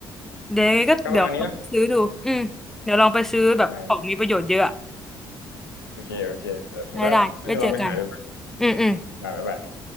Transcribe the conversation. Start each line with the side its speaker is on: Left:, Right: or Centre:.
Centre: เดี๋ยวยังไงก็เดี๋ยวลองไปซื้อดูอืมเดี๋ยวลองไปซื้อแบบของมีประโยชน์เยอะอะ
Left: ก็ประมาณนี้เนาะอ่าได้โอเคโอเคเดี๋ยวผมก็น่าจะลองไปหาดู
Centre: ได้ได้ไว้เจอกันอืมอืม
Left: บ๊ายบาย